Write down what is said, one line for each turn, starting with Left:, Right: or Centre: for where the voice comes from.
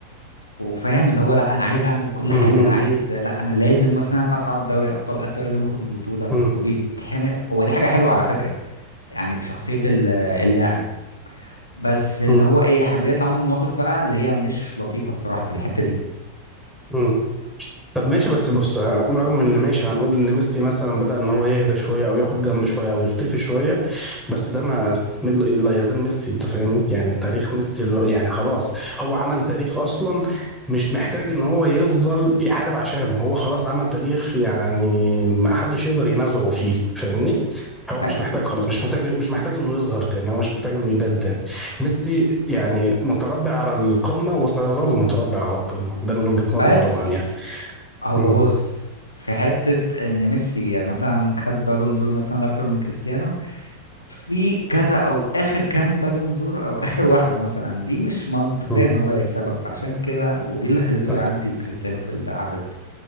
Left: وفاهم اللي هو لا انا عايز اعمل كل
Centre: مم.
Left: حاجه
Centre: مم.
Left: انا عايز لا انا لازم مثلا اصعد دوري ابطال اسيا ولازم اخد البطوله
Centre: مم.
Left: وبيتحمق هو دي حاجه حلوه على فكره يعني في شخصيه ال- اللاعب بس اللي
Centre: مم.
Left: هو ايه حب يطلع منه مواقف بقى اللي هي مش لطيفه بصراحه في الحته دي
Centre: مم. طب ماشي بس بص رغم ان ماشي هنقول ان ميسي مثلا بدأ ان هو يهدى شويه او ياخد جنب شويه او يختفي شويه بس ده ما است- لا يزال ميسي انت فاهمني يعني تاريخ ميسي الو- يعني خلاص هو عمل تاريخ اصلا مش محتاج ان هو يفضل يحارب عشانه هو خلاص عمل تاريخ يعني ما حدش يقدر ينازعه فيه فاهمني هو مش
Left: حقيقي
Centre: محتاج خلاص مش محتاج مش محتاج انه يظهر تاني هو مش محتاج انه يبان تاني ميسي يعني متربع على القمه وسيظل متربع على القمه ده من وجهة نظري
Left: بس
Centre: طبعا يعني
Left: هو
Centre: مم.
Left: بص في حته ان ميسي مثلا خد بالون دور مثلا اكتر من كريستيانو في كذا او اخر كام بالون دور او اخر واحده مثلا دي مش منطقيه
Centre: مم.
Left: ان هو يكسبها فعشان كده ودي اللي خلته
Centre: طيب
Left: يعدي كريستيانو في العدد